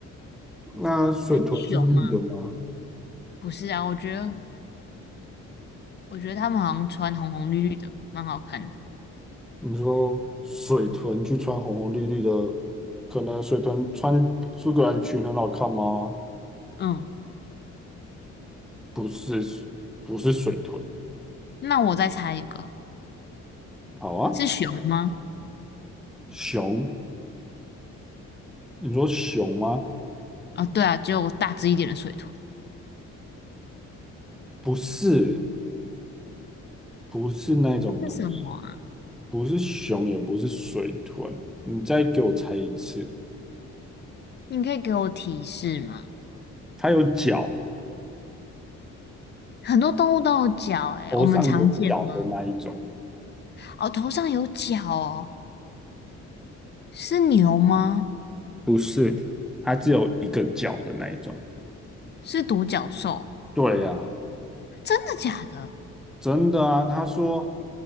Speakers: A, in the centre; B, on the left (about 35°).
A: 那水豚是绿的吗？
B: 很熊啊。不是啊，我觉得我觉得他们好像穿红红绿绿的，蛮好看的。
A: 你说水豚去穿红红绿绿的，可能水豚穿苏格兰裙很好看吗？
B: 嗯，
A: 不是不是水豚，
B: 那我再猜一个，
A: 好啊，
B: 是熊吗？
A: 熊，你说熊吗？
B: 啊、对啊，只有大只一点的水豚。
A: 不是不是那种东西，
B: 那是什么啊？
A: 不是熊，也不是水豚。你再给我猜一次，
B: 你可以给我提示吗？
A: 它有脚，
B: 很多动物都有角、欸，
A: 头上有角的那一种，
B: 诶我们常见吗？哦，头上有角哦，是牛吗？
A: 不是，它只有一个角的那一种。
B: 是独角兽？
A: 对呀，
B: 真的假的？
A: 真的啊，他说